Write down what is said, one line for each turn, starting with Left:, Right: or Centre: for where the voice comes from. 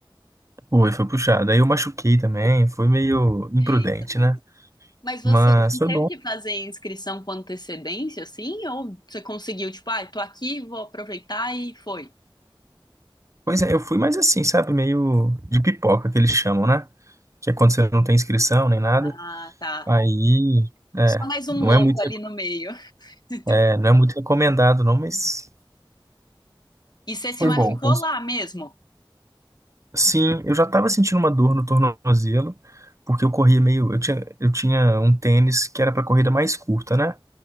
Right: <laughs> Foi, foi puxado. Aí eu machuquei também, foi meio imprudente,
Left: Eita, mãe.
Right: né?
Left: Mas
Right: Mas
Left: você não
Right: foi
Left: teve
Right: bom.
Left: que fazer inscrição com antecedência, assim? Ou você conseguiu, tipo, ah, tô aqui, vou aproveitar e foi?
Right: Pois é, eu fui mais assim, sabe? Meio de pipoca que eles chamam, né? Que é quando você não tem inscrição nem nada.
Left: Ah, tá.
Right: Aí, é,
Left: Só mais um
Right: não
Left: louco
Right: é muito,
Left: ali no meio. <laughs>
Right: é, não é muito recomendado não, mas
Left: E você se
Right: foi
Left: machucou
Right: bom. Foi-
Left: lá mesmo?
Right: Sim, eu já estava sentindo uma dor no tornozelo, porque eu corria meio, eu tinha, eu tinha um tênis que era para corrida mais curta, né?